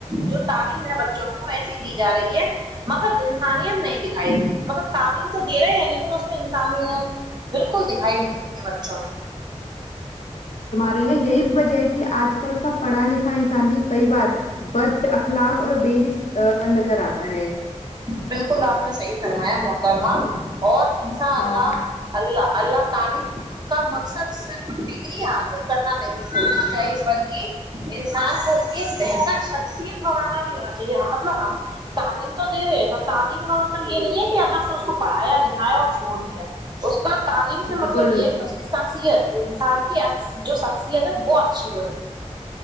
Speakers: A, on the right (about 35°); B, on the left (about 70°).
A: جو تعلیم ہے بچوں کی وہ ایسی دی جا رہی ہے مگر انسانیت نہیں دکھائی دیتی مگر تعلیم تو دے رہے ہیں لیکن اس میں انسان یہ بالکل دکھائی نہیں دیتی ہے بچوں میں
B: رہ یہی وجہ ہے کہ آج کل کا پڑھا لکھا انسان بھی کئی بار بد اخلاق اور بےحس نظر آتا ہے
A: بالکل آپ نے صحی فرمایا موقع سرما اور <unintelligible> انسان
B: ہاں
A: اللہ اللہ اللہ تعلیم کا مقصد صرف ڈگری حاصل کرنا نہیںنا چاہیے بلکہ انسان کو ایک بہتر شخصیت بنانا بھی ہونا چاہیے مطلب ہم تعلیم تو دے رہے ہیں ب تعلیم کا مطلب یہ نہیں ہے کہ ا بس اس کو پڑھایا لکھایا اور چھوڑ دیا اس کا تعلیم سے مطلب
B: بالکل
A: یہ ہے کہ اس کی س شخصیت انسان کی جو شخصیت ہے وہ اچھی بنے